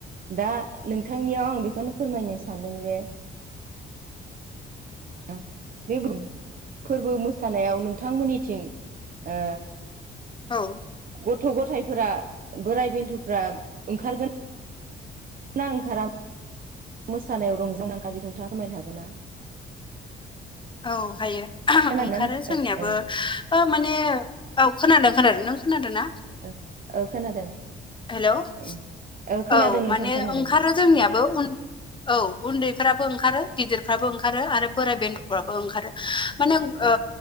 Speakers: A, on the right; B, on the left.
A: दा नोंथांनियाव आं बेखौनो फोरमायनो सानदों जे आ बे बुं फोरबो मोसानायाव नोंथांमोननिथिं ओ
B: औ।
A: गथ' गथायफोरा बोराय बेन्थ'फ्रा ओंखारगोन ना ओंखारा मोसानायाव रंजों <unintelligible> नोंथांङा फोरमायनो हागोन ना
B: औ हायो
A: खोनादोंना
B: ओंखारो जोंनियाबो
A: ओ
B: बा माने औ खोनादों खोनादों नों खोनादों ना
A: ओ औ खोनादों
B: हेल' औ
A: ओ खोनादों नोंथां
B: माने
A: खोनादों
B: ओंखारो जोंनियाबोन औ उन्दैफ्राबो ओंखारो गिदिरफ्राबो ओंखारो आरो बोराय बेन्थ'फ्राबो ओंखारो माने ओ
A: औ